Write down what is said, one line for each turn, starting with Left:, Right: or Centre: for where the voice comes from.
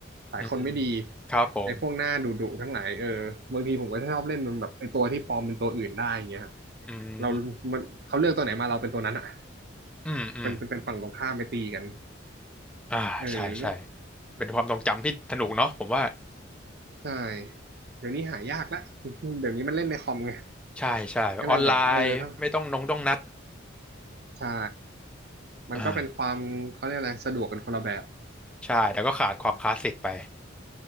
Right: สายคนไม่ดี
Centre: อืมครับผม
Right: ไอ้พวกหน้าดุๆทั้งหลายเออบางทีผมก็ชอบเล่นมันแบบไอ้ตัวที่ปลอมเป็นตัวอื่นได้อย่างเงี้ยฮะ
Centre: อืม
Right: เรามันเขาเลือกตัวไหนมาเราเป็นตัวนั้นอ่ะ
Centre: อืมอืม
Right: มันเป็นเป็นฝั่งตรงข้ามไปตีกัน
Centre: อ่าใช่ใช่
Right: เออก็
Centre: เป็นความทรงจำที่สนุกเนาะผมว่า
Right: ใช่เดี๋ยวนี้หายากละ <laughs> เดี๋ยวนี้มันเล่นในคอมไง
Centre: ใช่ใช่แบบออนไลน์ไม่ต้องนงต้องนัด
Right: ก็เลยแบบเออต้องใช่มันก็เป็นความเขาเรียกอะไรสะดวกกันคนละแบบ
Centre: อ่าใช่แต่ก็ขาดความคลาสสิกไป